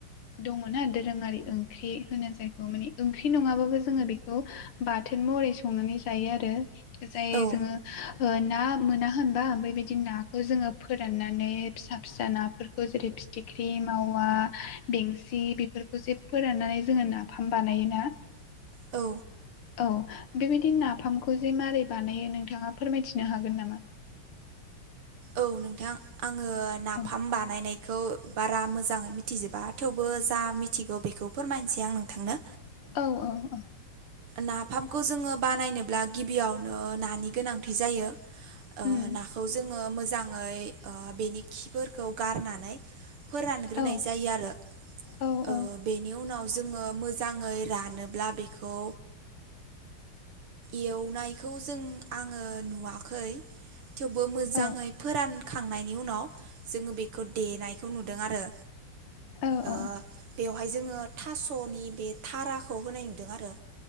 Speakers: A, on the left; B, on the right.
A: दङना दोरोङारि ओंख्रि होनो जायखौ माने ओंख्रि नङाबाबो जोङो बेखौ बाथो मरै संनानै जायो आरो जाय
B: औ
A: जोङो ना मोना होनबा बेबायदि नाखौ जोङो फोराननानै फिसा फिसा नाफोरखौ जेरै फिथिख्रि मावा बेंसि बे जे फोराननानै जोङो नाफाम बानायोना
B: औ
A: औ बेबायदि नाफामखौ जे मारै बानायो नोंथाङा फोरमायथिनो हागोन नामा?
B: औ नोंथां आङो नाफाम
A: औ
B: बानायनाय खौ बारा मोजाङै मिथिजोबा थेवबो जा मिथिगौ बेखौ फोरमायनोसै आं नोंथांनो
A: औ औ औ
B: नाफामखौ जोङो बानायनोब्ला गिबियावनो नानि गोनांथि जायो ओ
A: उम
B: नाखौ जोङो मोजाङै बेनि खिफोरखौ गारनानै फोरानग्रोनाय
A: औ
B: जायो आरो
A: औ औ
B: ओ बेनि उनाव जोङो मोजाङै रानोब्ला बेखौ एवनायखौ जों आङो नुवाखै थेवबो मोजां
A: औ
B: मोजाङै फोरानखांनायनि उनाव जोङो बेखौ देनायखौ नुदों आरो
A: औ औ
B: ओ बेवहाय जोङो थास'नि बे थाराखौ होनाय नुदों आरो